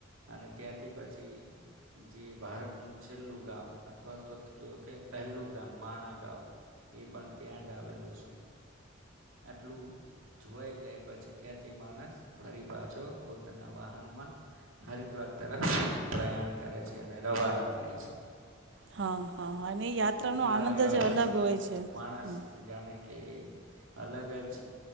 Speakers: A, on the right; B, on the right.
A: અને ત્યાંથી પછી જે ભારતનું છેલ્લું ગામ અથવા તો કહો કે પહેલું ગામ માણા ગાવ એ પણ ત્યાં જ આવેલું છે. આટલું જોવાઈ જાય પછી ત્યાંથી માણસ ફરી પાછો પોતાના વાહનમાં હરિદ્વાર તરફ પ્રયાણ કરે છે અને રવાના થાય છે.
B: હા, હા અને યાત્રાનો
A: હરિદ્વાર
B: આનંદ
A: આવ્યા
B: જ
A: પછી
B: અલગ હોય છે.
A: માણસ
B: હમ્મ.
A: જાણે કે એક અલગ જ